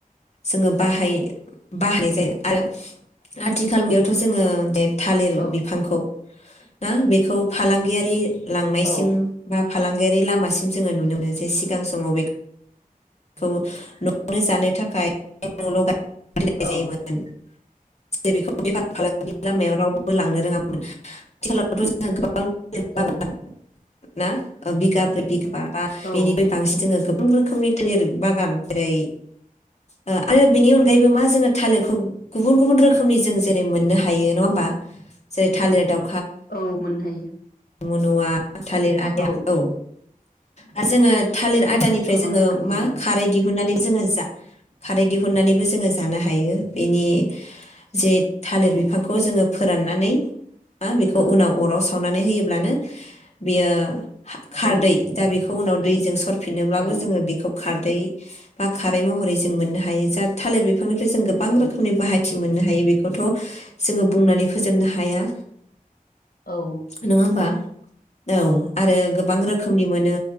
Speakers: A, on the left; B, on the left.
A: जोङो बाहाय बाहाय जायो आरो आथिखालनियावथ' जोङो दे। थालिर
B: औ
A: बिफांखौ ना बेखौ फालांगियारि लांनायसिम
B: औ
A: बा फालांगियारि लामासिम जोङो नुनो मोनो जे सिगां समाव बे खौ न'आवनो जानो थाखाय न' <unintelligible>
B: औ
A: जायोमोन। <unintelligible> बेखौ बेफार फालांगिनि लामायाव रावबो लांनो रोङामोन आथिखालावथ' जों गोबां <unintelligible>
B: औ
A: ना बिगाब्रै बिगाबा बा
B: औ
A: बेनिफाय बांसिन जोङो गोब बां रोखोमनि थालिर बागान जेरै ओ आरो बेनि अनगायैबो मा जोङो थालिरखौ गुबुन गुबुन रोखोमनि जों जेरै मोननो हायो नङा होमबा जेरै थालिर दाव
B: औ मोननो हायो।
A: मुनुवा आ थालिर आदिया
B: औ
A: खौ आरो जोङो थालिर आथ थियानिफ्राय
B: गोबां
A: जोङो
B: रोखोमनि
A: मा
B: दङ
A: खारै दिहुननानैबो जोङो जा खारै दिहुननानैबो जोङो जानो हायो बेनि जे थालिर
B: औ
A: बिफांखौ जोङो फोराननानै ना बेखौ उनाव अराव सावनानै होयोब ब्लानो बियो खा-खारदै
B: औ
A: दा बेखौ उनाव
B: थारै
A: दैजों सरफिनोब्लाबो
B: औ
A: जोङो बेखौ खारदै बा खारै महरै जों मोननो हायो जा थालिर बिफांनि फ्राय जों गोबां
B: औ
A: रोखोमनि बाहायथि मोन हायो बेखौथ' जोङो बुंनानै फोजोबनो हाया।
B: औ
A: नङा होमबा? औ आरो गोबां रोख खोमनि मोनो